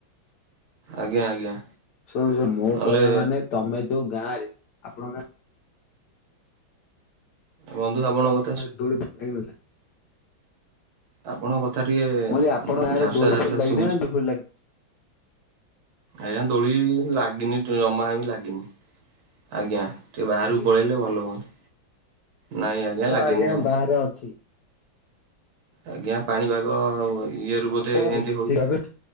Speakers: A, on the right; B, on the left.
A: ଆଜ୍ଞା ଆଜ୍ଞା।
B: ଶୁଣ ଶୁ ମୋ
A: ନହେଲେ
B: କହିବା ମାନେ ତମେ ଯୋଉ ଗାଁରେ ଆପଣଙ୍କ
A: ବନ୍ଧୁ ଆପଣ କ
B: ଆ ଦୌଡ଼ିିବାଇ <inaudible>
A: ଆପଣଙ୍କ କଥା ଟିକିେ
B: ମୁଁ କହିଲି ଆପଣଙ୍କ ଗାଁରେ
A: ଝାପ୍ସା
B: ଦୋଳି
A: ଝାପ୍ସା
B: ଫୋଳି ଲାଗିଥିଲା
A: ଶୁଭୁଛି।
B: ନା ଦୋଳି ଫୋଳି ଲାଗିନି?
A: ଆଜ୍ଞା ଦୋଳି ଲାଗିନି ଜମା ହେମତି ଲାଗିନି। ଆଜ୍ଞା ଟିକେ ବାହାରକୁ
B: ଲାଗିନି
A: ପଳେଇଲେ ଭଲ ହୁଅନ୍ତା। ନାଇଁ
B: ତ
A: ଲାଗିନି
B: ଆଜ୍ଞା
A: ଜମା।
B: ବାହାରେ ଅଛି।
A: ଆଜ୍ଞା ପାଣିପାଗ ଇଏରୁ ବୋଧେ
B: ଆପଣ
A: ଏନ୍ତି ହେଉଛି
B: ଠିକ ଭାବେ